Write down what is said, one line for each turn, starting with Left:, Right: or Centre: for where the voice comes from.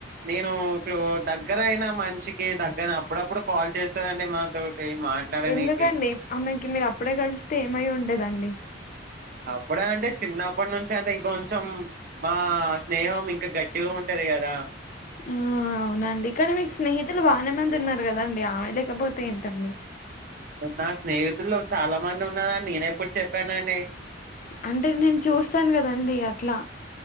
Right: నేను క్లో దగ్గరయినా మనిషికి దక్కనప్పుడు అప్పుడప్పుడు. కాల్ చేస్తదండి మాతోటి మాట్లాడనీకి
Left: ఎందుకండి ఆమెకి మీరు అప్పుడే కలిస్తే ఏమై ఉండేదండి
Right: అప్పుడే అంటే చిన్నప్పటి నుంచి అంత ఇంకొంచెం మా స్నేహం ఇంకా గట్టిగా ఉంటది కదా?
Left: ఆ అవునండి కానీ మీకు స్నేహితులు బాగానే మంది ఉన్నారు కదండి ఆమె లేకపోతే ఏంటండి.
Right: నాకు స్నేహితులు చాలా మంది ఉన్నారని నేను ఎప్పుడ్ చెప్పానండి.
Left: అంటేర్ నేను చూస్తాను కదండి అట్లా.